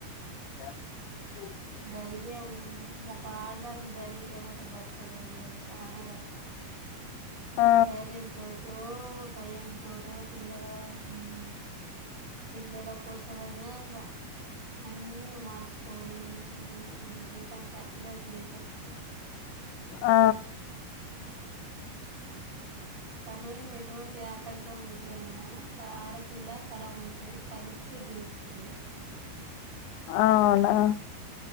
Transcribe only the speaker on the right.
ధైర్యము ఒక ఆడదానికి ధైర్యం లేకపోతే బ్రతకడం ఈ రోజుల్లో చాలా కష్టం <inaudible>
ధైర్యంతోటో భయంతోటో పిల్లలా హ్మ్మ్ పిల్లల కోసమైన ఇకా అన్నీ మార్చుకొని మీ జీవితానికి సాక్రిఫైస్ చేసి బతుకుతారు
సమయం ఎటువంటి ఆటంకం ఎదురైనా ఆడపిల్ల తల వంచదు తల తేగిస్తుందా